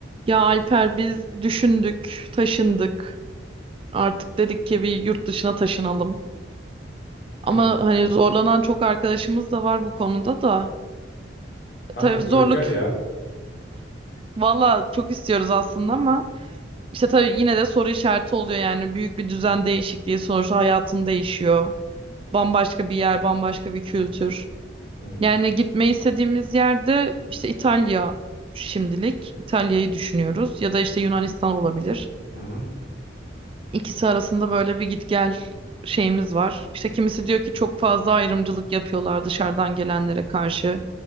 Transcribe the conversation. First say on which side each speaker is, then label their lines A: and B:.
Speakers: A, on the right; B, on the left.
A: Ya Alper biz düşündük, taşındık. Artık dedik ki bir yurt dışına taşınalım. Ama
B: E,
A: hani zorlanan çok arkadaşımız da var bu konuda da.
B: kanka
A: Tabii zorluk
B: buyur gel ya.
A: valla çok istiyoruz aslında ama işte tabii yine de soru işareti oluyor yani büyük bir düzen değişikliği sonuçta hayatın değişiyor. Bambaşka bir yer, bambaşka bir kültür.
B: Hı
A: Yani gitmeyi istediğimiz yerde işte İtalya şimdilik. İtalya'yı düşünüyoruz ya da işte Yunanistan olabilir.
B: hı hı
A: İkisi arasında böyle bir git gel şeyimiz var. İşte kimisi diyor ki çok fazla ayrımcılık yapıyorlar dışarıdan gelenlere karşı.